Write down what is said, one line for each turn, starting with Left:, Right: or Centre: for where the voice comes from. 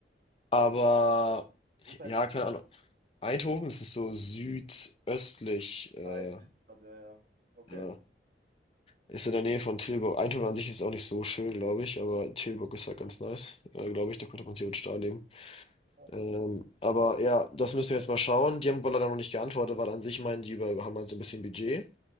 Left: aber
Right: wo ist ein
Left: ja,
Right: Trubel?
Left: keine Ahnung. Eindhoven, das ist so südöstlich, äh,
Right: Ah, jetzt siehst du gerade, ja, ja. Okay.
Left: ja. Ist in der Nähe von Tilburg. Eindhoven an sich ist auch nicht so schön, glaube ich, aber Tilburg ist halt ganz nice, äh, glaube ich. Da könnte man theoretisch da leben.
Right: Krass.
Left: Ähm, aber ja, das müssen wir jetzt mal schauen. Die haben wohl leider noch nicht geantwortet, weil an sich meinen die über, haben halt so ein bisschen Budget.